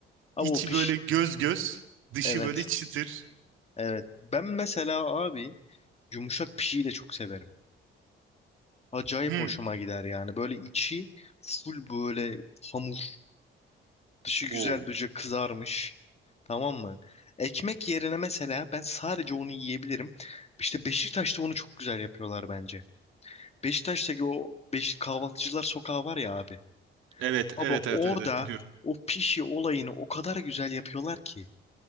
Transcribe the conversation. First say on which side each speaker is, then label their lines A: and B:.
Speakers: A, on the left (about 30°); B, on the right (about 85°).
A: Abi
B: İçi
A: o piş...
B: böyle göz göz, dışı
A: Evet.
B: böyle çıtır.
A: Evet. Ben mesela abi yumuşak pişiyi de çok severim. Acayip
B: Hı.
A: hoşuma gider yani. Böyle içi full böyle hamur. Dışı güzel
B: Oo.
A: böyle kızarmış. Tamam mı? Ekmek yerine mesela ben sadece onu yiyebilirim. İşte Beşiktaş'ta onu çok güzel yapıyorlar bence. Beşiktaş'taki o beş, kahvaltıcılar sokağı var ya abi.
B: Evet,
A: Abi
B: evet, evet,
A: orada
B: evet, evet biliyorum.
A: o pişi olayını o kadar güzel yapıyorlar ki.